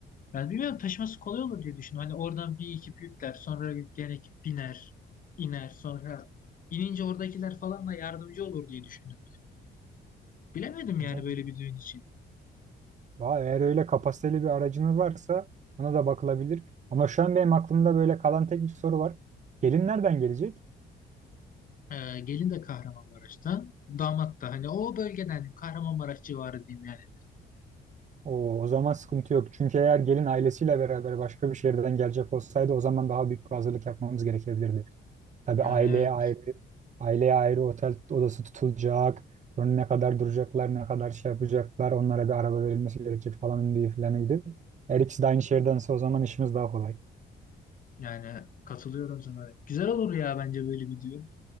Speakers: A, on the left; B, on the right.
A: Yani bilmiyorum taşıması kolay olur diye düşünüyorum. Hani oradan bir ekip yükler. Sonra yükleyen ekip biner. iner. Sonra inince oradakiler falan da yardımcı olur diye düşündüm. Bilemedim
B: Eee,
A: yani böyle bir düğün için.
B: Valla eğer öyle kapasiteli bir aracınız varsa ona da bakılabilir. Ama şu an benim aklımda böyle kalan tek bir soru var. Gelin nereden gelecek?
A: Ee, gelin de Kahramanmaraş'tan. Damat da hani o bölgeden hani Kahramanmaraş civarı diyeyim yani.
B: O o zaman sıkıntı yok. Çünkü eğer gelin ailesiyle beraber başka bir şehirden gelecek olsaydı o zaman daha büyük bir hazırlık yapmamız gerekebilirdi. Tabii
A: Yani
B: aileye
A: evet.
B: ayrı, aileye ayrı otel odası tutulacak. Sonra ne kadar duracaklar, ne kadar şey yapacaklar, onlara bir araba verilmesi gerekecek falan diye filanıydı. Eğer ikisi de aynı şehirdense o zaman işimiz daha kolay.
A: Yani katılıyorum sana. Güzel olur ya bence böyle bir düğün.